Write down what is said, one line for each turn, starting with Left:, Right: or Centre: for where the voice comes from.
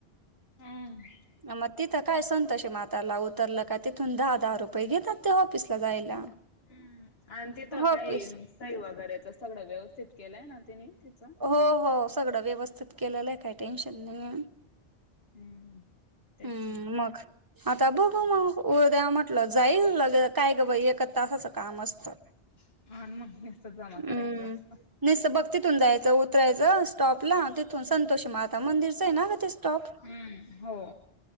Left: हम्म
Right: मग तिथ काय संतसे माताराला उतरलं का तिथून दहा दहा रुपये घेतात ते ऑफिसला जायला
Left: हम्म आणि तिथं
Right: ऑफिस
Left: काय सई वगैरेच सगळं व्यवस्थित केलंय ना तिने तिचं
Right: हो हो सगळं व्यवस्थित केलेलं आहे काही टेन्शन नाही
Left: हम्म तेच
Right: हम्म मग आता बघ मग उद्या म्हटलं जाईल ल काय ग बा एका तासाचं काम असतं
Left: आणि मग नुसतं जमा
Right: हम्म
Left: करायचं असतं
Right: नाही तर बघते तिथून जायचं उतरायचं स्टॉपला तिथून संतोषी माता मंदिरचं आहे ना का टॉप
Left: हम्म हो